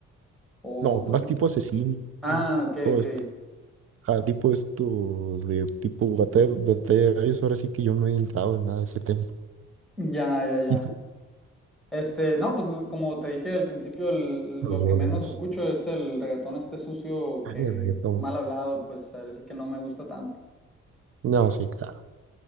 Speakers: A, in the centre; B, on the right.
A: o,
B: No,
A: ¿cómo
B: más
A: se llama?
B: tipo asesino,
A: Ah, ok,
B: todo
A: ok.
B: esto. Ah, tipo estos de tipo batalla, batalla de gallos, ahora sí que yo no he entrado en nada de ese tema.
A: Ya, ya, ya.
B: ¿Y tú?
A: Este, no, pues l- como te dije al principio, el-
B: Los
A: lo
B: boleros.
A: que menos escucho es el reggaetón este sucio
B: Ah,
A: que
B: el reggaetón.
A: mal hablado, pues a ver, sí que no me gusta tanto.
B: No, sí, claro.